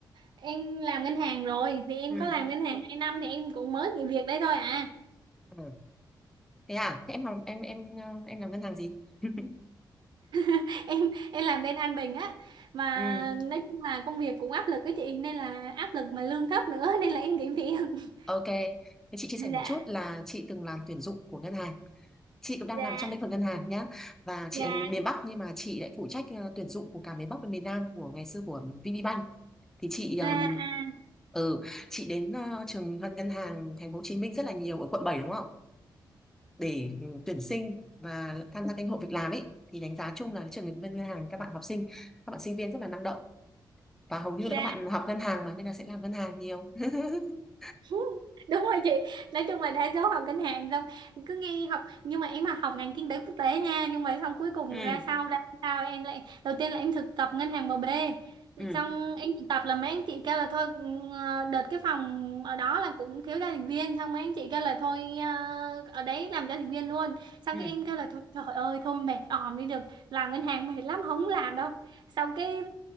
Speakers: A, on the right (about 65°); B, in the centre.
A: em làm ngân hàng rồi thì em
B: Ừ.
A: có làm ngân hàng 2 năm thì em cũng mới nghỉ việc đấy thôi à
B: ừ. Thế à? Thế em học em em ờ, em làm ngân hàng gì? <laughs>
A: <laughs> em em làm bên An Bình á mà
B: Ừ.
A: nói chung là công việc cũng áp lực cái chị nên là áp lực mà lương thấp nữa <laughs> nên là em nghỉ việc <laughs>
B: Ok, thế chị chia
A: dạ
B: sẻ một chút là chị từng làm tuyển dụng của ngân hàng. Chị cũng đang
A: dạ
B: làm trong lĩnh vực ngân hàng nhá. Và chị
A: dạ
B: ở người miền Bắc nhưng mà chị lại phụ trách ờ, tuyển dụng của cả miền Bắc và miền Nam của ngày xưa của VPBank. Thì chị ừm,
A: à, à
B: ừ, chị đến ờ, trường ngân ngân hàng thành phố Hồ Chí Minh rất là nhiều ở quận 7 đúng không? Để ừ, tuyển sinh và tham gia kênh hội việc làm ấy thì đánh giá chung là trường ngân ngân hàng các bạn học sinh, các bạn sinh viên rất là năng động và hầu như
A: dạ
B: là các bạn học ngân hàng mà nên là sẽ làm ngân hàng nhiều. <laughs>
A: <laughs> đúng rồi chị nói chung là đa số học ngân hàng xong cứ nghe học nhưng mà em mà học ngành kinh tế quốc tế nha nhưng mà xong cuối cùng
B: Ừ,
A: ra sau ra sao em lại đầu tiên là em thực tập ngân hàng em bê
B: ừ,
A: xong em thực tập là mấy anh chị kêu là thôi ừ, ờ, đợt cái phòng ở đó là cũng thiếu gia đình viên xong mấy anh chị kêu là thôi ờ, ở đấy làm gia đình viên luôn xong
B: ừ.
A: cái em kêu là thôi trời ơi thôi mệt òm đi được làm ngân hàng mệt lắm không làm đâu xong cái